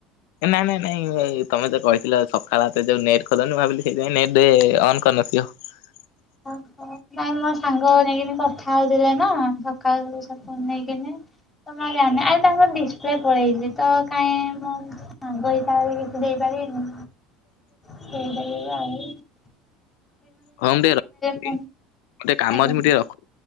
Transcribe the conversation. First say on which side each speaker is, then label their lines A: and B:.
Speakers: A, on the left; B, on the left.
A: ଏ ନାଇଁ ନାଇଁ ତମେ ତ କହିଥିଲ ସକାଳ ଯୋଉ ନେଟ୍ ଖୋଲନି ମୁଁ ଭାବିଲି ସେଇଥିପାଇଁ ନେଟ୍ ଅନ୍ କରିନଥିବ। <unintelligible>
B: ଓହୋ ନାଇଁ ମୋ ସାଙ୍ଗ ନେଇକିନି କଥା ହଉଥିଲା ନା ସକାଳ <inaudible> ନେଇକିନି। ତ ମୁଁ ଆଉ ଜାନି ଆରେ ତାଙ୍କର ଡିସପ୍ଲେ ପଳେଇଛି ତ କାଇଁ ମୁଁ ସାଙ୍ଗ ହିସାବରେ କିଛି ଦେଇପାରିବିନି?
A: <unintelligible>
B: ସେଟା ଏବେ ଆ <unintelligible>
A: ହଁ ମୁଁ ଟିକେ <unintelligible>
B: ପୁଣି
A: ଟିକେ କାମ
B: ଆଜ୍ଞା।
A: ଅଛି ମୁଁ ଟିକେ ରଖୁ